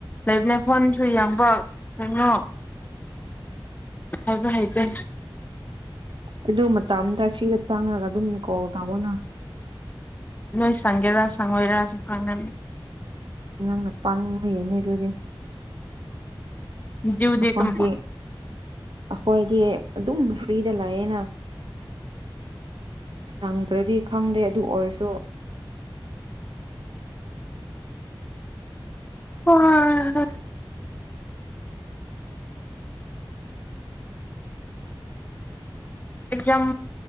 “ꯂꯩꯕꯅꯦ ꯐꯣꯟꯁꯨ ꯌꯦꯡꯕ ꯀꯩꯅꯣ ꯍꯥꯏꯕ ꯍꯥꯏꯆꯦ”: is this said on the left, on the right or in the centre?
Left